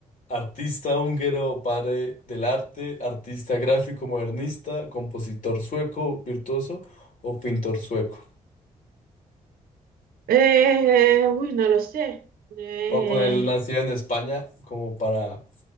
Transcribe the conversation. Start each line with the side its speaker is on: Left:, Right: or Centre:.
Left: Artista húngaro, padre del arte, artista gráfico modernista, compositor sueco, virtuoso o pintor sueco.
Right: Eh, uy, no lo sé. Eh,
Left: Voy a poner nacido en España como para